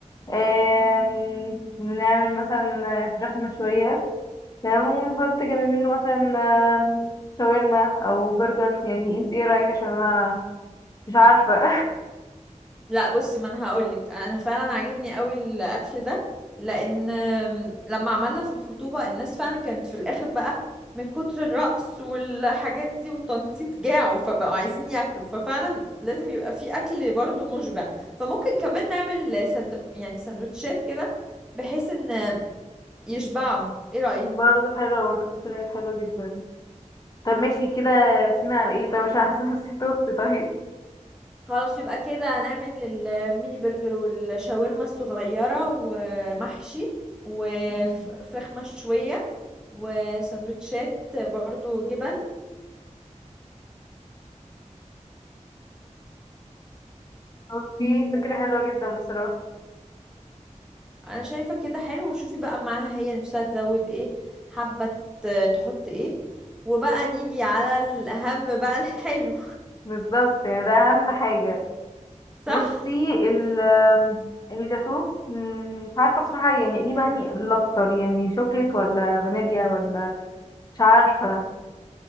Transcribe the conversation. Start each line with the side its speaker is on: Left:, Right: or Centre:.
Left: آم، نعمل مثلا آه، فراخ مشوية تمام ونحط جنب منه مثلا آم، شاورما أو برجر يعني انت ايه رأيك عشان انا مش عارفة
Centre: لا بصي ما انا هقولك انا فعلا عاجبني قوي الاكل ده لان آم، لما عملنا في الخطوبه الناس فعلا كانت في الاخر بقى من كتر الرقص والحاجات دي والتنطيط جاعوا فبقوا عايزين ياكلوا ففعلا لازم يبقى في اكل برضو مشبع فممكن كمان نعمل سند... يعني سندوتشات كده بحيث ان يشبعوا ايه رايك
Left: <laughs> برضه حلوة برضه فكرة حلوة جدا طب ماشي كده رسينا على ايه طب عشان احسن نسيت اختي <laughs> طيب
Centre: خلاص يبقى كده هنعمل الميني برجر والشاورما الصغيرة ومحشي وفراخ
Left: مم.
Centre: مشوية وسندوتشات برضو جبن
Left: اوكي فكرة حلوة جدا بصراحة
Centre: انا شايفة كده حلو وشوفي بقى معاها هي نفسها تزود ايه حابة ت- تحط ايه وبقى نيجي على الأهم بقى الحلو
Left: بالظبط يعني ده أهم حاجة
Centre: <laughs> صح
Left: بصي ال الجاتو مم، مش عارفة بصراحة يعني اجيب هني الاكتر يعني شوكليت ولا فانيليا ولا مش عارفة